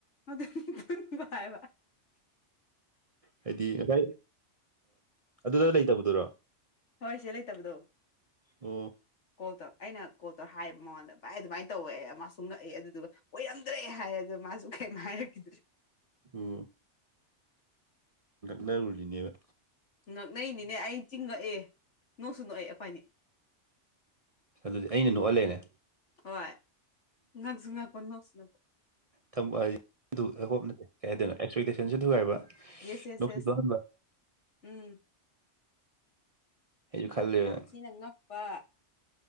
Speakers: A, on the left; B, on the right.
A: ꯃ ꯑꯗꯨ ꯕꯥ ꯏ
B: ꯍꯥꯏꯗꯤ ꯉꯁꯥꯏ ꯑꯗꯨꯗ ꯂꯩꯇꯕꯗꯨꯔꯣ
A: ꯍꯣꯏ ꯁꯤꯗ ꯂꯩꯇꯕꯗꯣ
B: ꯑꯣ
A: ꯀꯣꯜ ꯇꯧꯔ ꯑꯩꯅ ꯀꯣꯜ ꯇꯧꯔ ꯍꯥꯏꯌꯦꯕ ꯃꯉꯣꯟꯗ ꯚꯥꯏ ꯑꯗꯨꯃꯥꯏꯅ ꯇꯧꯋꯦ ꯃꯥ ꯁꯨꯡ ꯉꯛꯏꯦ ꯑꯗꯨꯗꯨꯒ ꯑꯣꯏ ꯌꯥꯝꯗ꯭ꯔꯦ ꯍꯥꯏ ꯑꯗꯣ ꯃꯥꯁꯨ ꯀꯩꯝ ꯍꯥꯏꯔꯛꯈꯤꯗ꯭ꯔꯦ
B: ꯑꯣ ꯅꯔꯨꯔꯤꯅꯦꯕ
A: ꯉꯛꯅꯩꯅꯤꯅꯦ ꯑꯩ ꯆꯤꯡꯉꯛꯑꯦ ꯅꯣꯡꯁꯨ ꯅꯣꯛꯑꯦ ꯑꯩꯕꯥꯅꯤ
B: ꯑꯗꯨꯗꯤ ꯑꯩꯅ ꯅꯣꯛꯍꯜꯂꯦꯅꯦ
A: ꯍꯣꯏ ꯉꯛꯁꯨ ꯉꯛꯄ ꯅꯣꯛꯁꯨ ꯅꯁ
B: ꯊꯗꯤ ꯍꯞ ꯅꯗꯦ ꯀꯩ ꯍꯥꯏꯗꯅꯣ ꯑꯦꯛꯁꯄꯦꯛꯇꯦꯁꯟꯁꯨ ꯊꯨꯒꯥꯏꯕ
A: ꯌꯦꯁ ꯌꯦꯁ
B: ꯅꯣꯛꯁꯨ
A: ꯌꯦꯁ
B: ꯅꯣꯛꯍꯟꯕ
A: ꯎꯝ
B: ꯑꯩꯁꯨ ꯈꯜꯂꯦꯕ
A: ꯌꯥꯝ ꯊꯤꯅ ꯉꯛꯄ